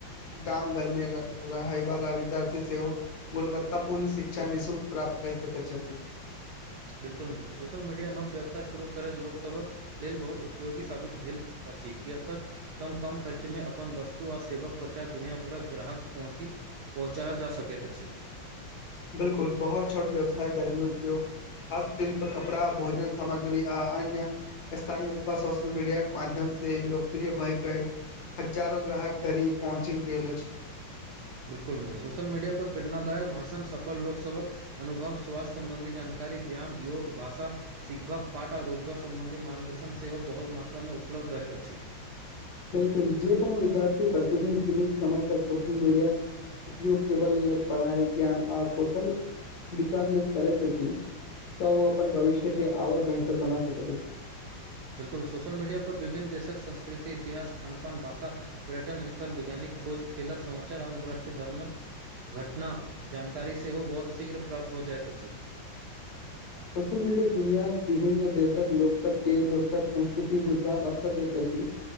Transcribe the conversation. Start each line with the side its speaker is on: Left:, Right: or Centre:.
Left: गाम घर मे रहय वाला विद्यार्थी सेहो गुणवत्तता पूर्ण शिक्षा निःशुलक प्राप्त कर सकैत छथि
Right: <unintelligible> बिल्कुल मित्र सोशल मीडिया नव व्यवसाय शुरू करैत लोकसभक लेल बहुत उपयोगी साबित भेल अछि किया तक तब कम खर्च मे अपन वस्तु आ सेवाक प्रचार दुनिया भरक ग्राहक पहुँची पहुँचायल जा सकैत अछि
Left: बिल्कुल बहुत छोट व्यवसाय करेलू उद्योग हस्त शिल्प कपड़ा भोजन सामग्री आ अन्य स्थानीय उत्पाद सोशल मीडिया के माध्यम से लोकप्रिय भयके हजारो ग्राहक धरी पहुँच गेल छै
Right: बिल्कुल मित्र सोशल मीडिया पर प्रेरणाादायक भाषण सफल लोकसभक अनुभव स्वासथ्य संबंधी जानकारी जानकारि व्यायाम योग भाषा शिखबाक पाठ आ रोजगार संबंधी मार्गदर्शन सेहो बहुत मात्रामे उपलब्ध रहैत अछि
Left: बिल्कुल जे कोनो विद्यार्थी प्रतिदिन सीमित समय तक सोशल मीडिया उपयोग केवल पढ़ाइ ज्ञान आ कौशल विकास लेल करैत अछि तऽ ओ अपन भविष्य के आओर बेहतर बना सकैत
Right: बिल्कुल सोशल मीडिया पर विभिन्न देशक संस्कृति इतिहास खान पान भाषा पर्यटन स्थल वैज्ञानिक खोज खेलक समाचार आ अन्तर्राष्ट्रीय धर्मक घटना जानकारी सेहो ओ बहुत शीघ्र प्राप्त हो जाइत अछि
Left: सोशल मीडिया दुनियाक विभिन्न देशक लोक सबके एक दोसरक संस्कृति बुझवाक अवसर देत अछि